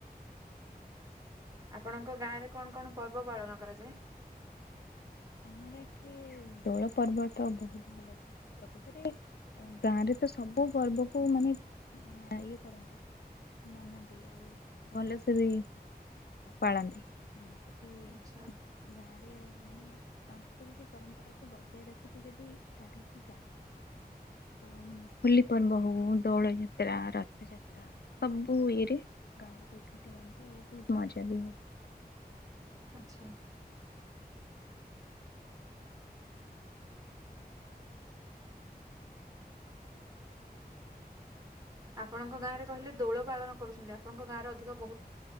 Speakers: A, on the right (about 20°); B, on the left (about 80°).
A: ଆପଣଙ୍କ ଗାଁରେ କଣ କଣ ପର୍ବ ପାଳନ କରାଯାଏ?
B: ଆମର ଏଠି ଦୋଳ ପର୍ବ ତ ବୋହୁତ ଭଲ ହୁ ପ୍ରକୃତରେ ଅ ଗାଁରେ ତ ସବୁ ପର୍ବକୁ ମାନେ <inaudible> ଇଏ କରନ୍ତି। ମାନନ୍ତି ଆଉ ଭଲସେ ବି ପାଳନ୍ତି। ଯେମିତି କି
A: ଆଚ୍ଛା
B: ଗାଁରେ ମାନେ ସଂସ୍କୃତି ପରମ୍ପରାକୁ ବଜାୟ ରଖିଚି ଯଦି ତାଠୁ ଉଁ ଗାଁ। <unintelligible> ତ ହୋଲି ପର୍ବ ହଉ ଦୋଳ ଯାତ୍ରା ରଥଯାତ୍ରା ସବୁ ରେ ଗାଁ ଲୋକ ଏକାଠି ହନ୍ତି ଆଉ ବହୁତ ମଜା ବି ହୁଏ।
A: ଆଛା ଆପଣଙ୍କ ଗାଁରେ କହିଲେ ଦୋଳ ପାଳନ କରୁଛନ୍ତି ଆପଣଙ୍କ ଗାଁରେ ଅଧିକ ବହୁତ